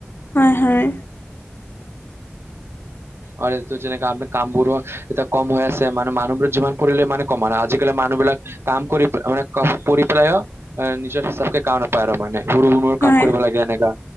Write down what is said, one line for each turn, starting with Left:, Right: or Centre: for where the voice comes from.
Left: হয় হয়
Right: আৰু এইটো যেনেককা আপোনাৰ কামবোৰো এতিয়া কম হৈ আছে মানে মানুহবোৰ যিমান পৰিলে ইমানে কম ন আজিকালি মানুহবলাক কাম কৰি মানে পৰিপ্ৰায় নিজৰ হিচাপক কাম ন পায় আৰু মানে সৰু স
Left: হয়
Right: কাম কৰিব লাগে এনেকা